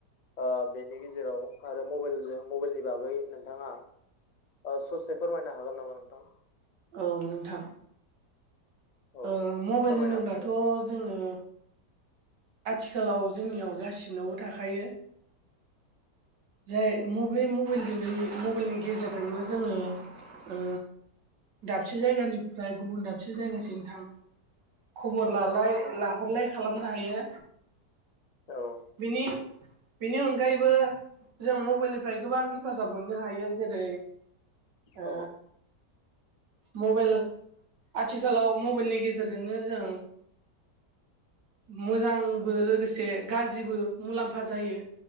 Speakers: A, on the left (about 65°); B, on the right (about 80°).
A: ओ बेनि गेजेराव आरो मबाइलजों मबाइलनि बागै नोंथाङा ओ‌ ससे फोरमायनो हागोन नामा नोंथां।
B: औ नोंथां।
A: औ
B: ओ मबाइल
A: फोरमायनो
B: होनोब्लाथ'
A: हासिगोन
B: जोङो आथिखालाव जोंनियाव गासिनावबो थाखायो। जाय मबे मबाइलजों मबाइलनि गेजेरजोंनो जोङो ओ दाबसे जायगानिफ्राय गुबुन दाबसे जायगासिम थां खबर लालाय लाहरलाय खालामनो हायो।
A: नोंथां औ
B: बिनि बिनि अनगायैबो जों मबाइलनिफ्राय गोबां हेफाजाब मोननो हायो जेरै ओ
A: औ
B: मबाइल आथिखालाव मबाइलनि गेजेरजोंनो जों मोजांबो लोगोसे गाज्रिबो मुलाम्फा जायो।